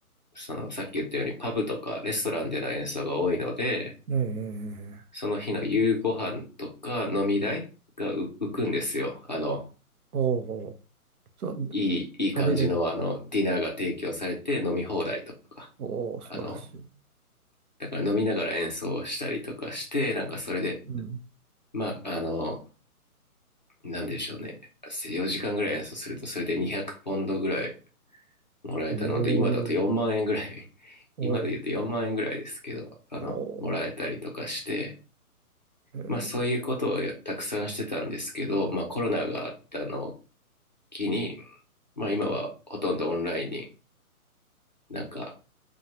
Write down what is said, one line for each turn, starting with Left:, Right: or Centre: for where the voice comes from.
Left: その、さっき言ったようにパブとかレストランでの演奏が多いので、
Right: ええ、ええ
Left: その日の夕ご飯とか飲み代がう浮くんですよ。あの、
Right: おおそう、
Left: いい、いい感じの、
Right: 食べれる。
Left: あの、ディナーが提供されて飲み放題とか、
Right: おお、素晴らしい。
Left: あの、だから飲みながら演奏したりとかして、なんかそれで、
Right: うん。
Left: まあ、あの、なんでしょうね。4時間ぐらい演奏すると、それで200ポンドぐらいもらえたので、
Right: おお、
Left: 今だと4万円ぐらい、<laughs>
Right: おお、
Left: 今で言うと4万円ぐらいですけど、あの、
Right: おお、
Left: もらえたりとかして、
Right: え
Left: まあそういうことをやたくさんしてたんですけど、まあコロナがあったのを機に、まあ今はほとんどオンラインになんか